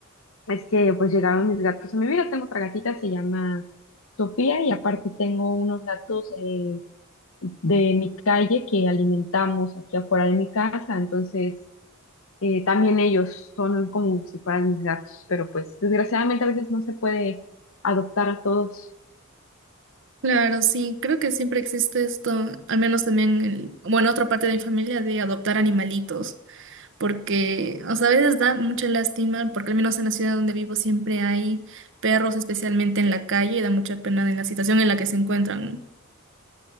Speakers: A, on the left; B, on the right.
A: Es que pues llegaron mis gatos a mi vida. Tengo otra gatita, se llama Sofía, y aparte tengo unos gatos eh, de mi calle que alimentamos aquí afuera de mi casa. Entonces, eh, también ellos son como si fueran mis gatos, pero pues desgraciadamente a veces no se puede adoptar a todos.
B: Claro, sí, creo que siempre existe esto, al menos también, el- bueno, otra parte de mi familia de adoptar animalitos, porque, o sea, a veces da mucha lástima, porque al menos en la ciudad donde vivo siempre hay perros, especialmente en la calle, y da mucha pena en la situación en la que se encuentran. ¿no?